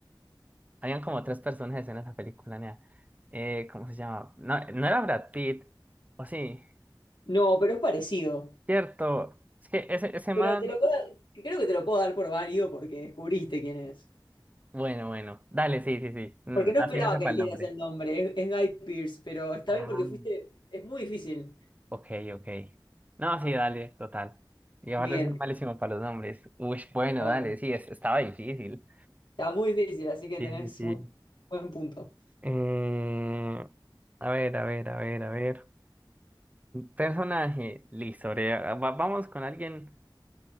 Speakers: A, on the right; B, on the left.
A: habían como tres personajes en esa película, nea. Eh, ¿cómo se llama? No, no era Brad Pitt, o sí,
B: No, pero es parecido.
A: cierto. Es que ese, ese man,
B: Pero te lo puedo, creo que te lo puedo dar por válido porque descubriste quién es.
A: bueno, bueno, dale, sí, sí, sí, mm,
B: Porque no
A: así
B: esperaba
A: no sepa
B: que dijeras
A: el nombre.
B: el nombre, es, es Guy Pearce, pero está
A: Ah,
B: bien porque fuiste, es muy difícil.
A: ok, ok. No, sí, dale, total. Y aparte
B: Bien,
A: soy malísimo para los nombres. Uy, bueno,
B: A
A: dale,
B: ver,
A: sí, es- estaba difícil.
B: está muy difícil, así que
A: Sí,
B: tenés
A: sí, sí.
B: buen, buen punto.
A: Eh, a ver, a ver, a ver, a ver. Personaje, listo, bre- va- vamos con alguien